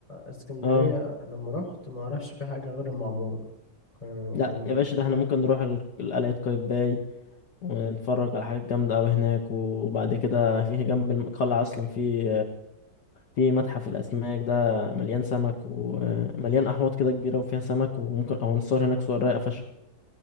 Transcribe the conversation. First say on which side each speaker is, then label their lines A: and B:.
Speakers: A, on the left (about 20°); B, on the left (about 65°).
A: اسكندريه
B: اه
A: لما رحت ما اعرفش في حاجه غير المعموره كان
B: لا
A: كان
B: يا باشا ده احنا ممكن نروح ال- قلعه قايتباي ونتفرج على حاجات جامده قوي هناك وبعد كده في جنب القلعه اصلا في في متحف الاسماك ده مليان سمك ومليان احواض كده كبيره وفيها سمك وممكن او نصور هناك صور رايقه فشخ